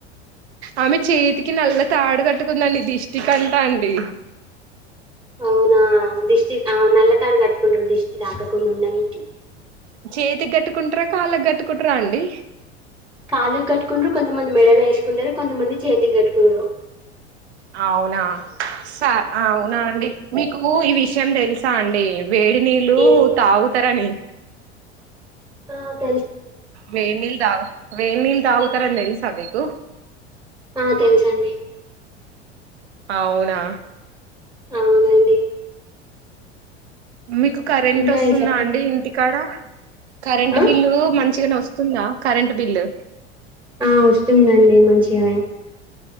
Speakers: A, on the right (about 65°); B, in the centre.
A: ఆమె చేేతికి నల్ల తాడు కట్టుకుందండి దిష్టి కంటా అండి
B: అవునా దిష్టి ఆమె నల్ల తాడు కట్టుకుంటుంది దృష్టి తాకకుండా ఉండానికి
A: చేతికి కట్టుకుంటార కాళ్ళకి కట్టుకుంటార అండి
B: కాళ్లు కట్టుకుంట్రు కొంతమంది మెడలు వేసుకుంటారు కొంతమంది చేతికి కట్టుకుంట్ర
A: అవునా స అవునా అండి మీకు ఈ విషయం తెలుసా అండి వేడి నీళ్ళు
B: ఏంటి
A: తాగుతారని
B: తన్
A: వేనిల్ తాగ్ వేడినీళ్ తాగుతర్ అని తెలుసా మీకు
B: ఆ తెలుసండి
A: అవునా
B: అవునండి
A: మీకు కరెంట్
B: ఇంకా
A: వస్తుందా
B: చెప్పండి
A: అండి ఇంటికాడ కరెంట్
B: ఆ?
A: బిల్లు మంచిగనే వస్తుంది వస్తుందా కరెంట్ బిల్
B: ఆ వస్తుందండి మంచిగా